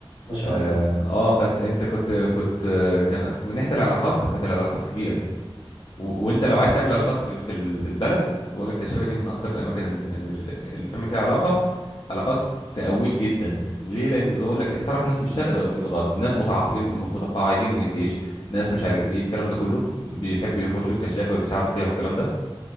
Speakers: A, on the left; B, on the left.
A: ما شاء
B: اه
A: الله
B: آه، فانت انت كنت كنت آه، كان من ناحيه العلاقات فكانت العلاقات كبيره و... وانت لو عايز تعمل علاقات في في, ال... في البلد بقول لك الكشافه دي من اكتر الاماكن إن- إن ال- اللي تعمل فيها علاقه علاقات تقويك جدا ليه لان بقول لك انت تعرف ناس من الشرق للغرب ناس متعاقدين م- متقاعدين من الجيش ناس مش عارف ايه الكلام ده كله بيحبوا يخشوا الكشافه ويساعدوا فيها والكلام ده